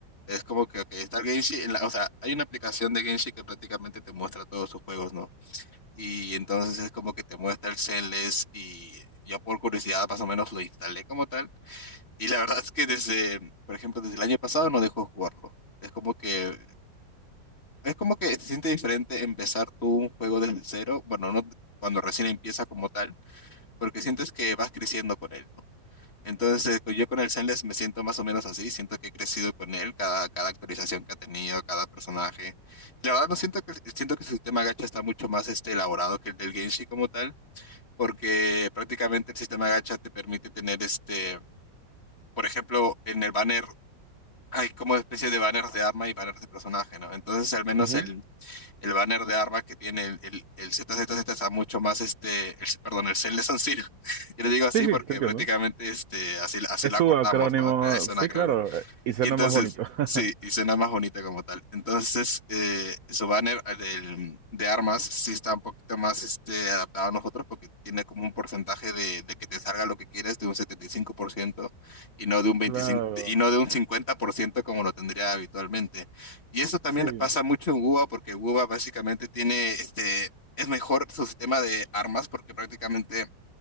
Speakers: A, on the left; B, on the right.
A: Es como que ok, está el Genshin, en la- o sea, hay una aplicación de Genshin que prácticamente te muestra todos sus juegos, ¿no? y entonces es como que te muestra el setlist y yo por curiosidad más o menos lo instalé como tal y la verdad es que desde, por ejemplo, desde el año pasado no dejó jugarlo. Es como que es como que se siente diferente empezar tú un juego desde cero, bueno, no cuando recién empieza como tal, porque sientes que vas creciendo con él, ¿no? Entonces, co- yo con el Zenless me siento más o menos así, siento que he crecido con él, cada, cada actualización que ha tenido, cada personaje. Y la verdad no siento que siento que su sistema gacha está mucho más este, elaborado que el del Genshin como tal porque prácticamente el sistema gacha te permite tener este, por ejemplo, en el banner hay como especie de banners de arma y banners de personaje, ¿no? Entonces al menos
B: Ujú.
A: el, el banner de arma que tiene el, el, el ZZZ está mucho más este, el- perdón, el Cell de San Siro. <laughs> Yo le digo así
B: Sí, sí,
A: porque
B: te entiendo.
A: prácticamente este, así, así
B: Es
A: la
B: su
A: cortamos,
B: acrónimo,
A: ¿no? Es
B: sí,
A: una
B: claro, eh, y suena
A: y entonces,
B: más bonito.
A: sí,
B: <laughs>
A: y suena más bonita como tal. Entonces, eh, su banner el del- de armas sí está un poquito más este, adaptado a nosotros porque tiene como un porcentaje de, de que te salga lo que quieres de un setenta y cinco por ciento y no de un 25,
B: Claro,
A: y no de un 50% como lo tendría habitualmente. Y eso también
B: sí,
A: pasa mucho en WUBA porque WUBA básicamente tiene este... Es mejor su sistema de armas porque prácticamente